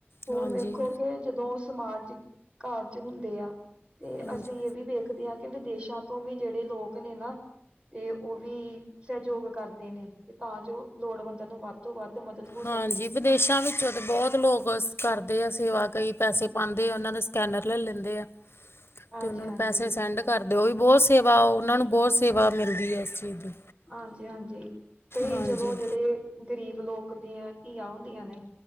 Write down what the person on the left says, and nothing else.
ਹਾਂਜੀ
ਹਾਂਜੀ
ਹਾਂਜੀ, ਵਿਦੇਸ਼ਾਂ ਵਿੱਚੋਂ ਤਾਂ ਬਹੁਤ ਲੋਕ ਕਰਦੇ ਆ ਸੇਵਾ ਕਈ ਪੈਸੇ ਪਾਉਂਦੇ ਆ ਉਹਨਾਂ ਦੇ ਸਕੈਨਰ ਲੈ ਲੈਂਦੇ ਆ
ਤੇ ਉਹਨਾਂ ਨੂੰ ਪੈਸੇ ਸੈਂਡ ਕਰਦੇਓ, ਵੀ ਬਹੁਤ ਸੇਵਾ ਉਹਨਾਂ ਨੂੰ ਬਹੁਤ ਸੇਵਾ ਮਿਲਦੀ ਹੈ ਇਸ ਚੀਜ਼ ਦੀ
ਹਾਂਜੀ